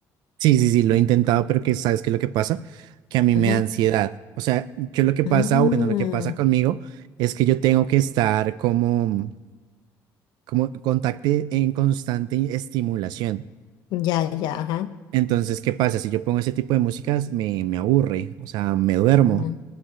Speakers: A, on the right; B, on the left.
A: Sí, sí, sí, lo he intentado, pero que sabes qué es lo que pasa, que a mí
B: Ajá.
A: me da ansiedad. O sea, yo lo que pasa,
B: Ah,
A: bueno, lo que pasa conmigo es que yo tengo que estar como, como contacte en constante estimulación.
B: ya, ya, ajá.
A: Entonces, ¿qué pasa? Si yo pongo ese tipo de músicas, me, me aburre, o sea, me duermo.
B: Ajá.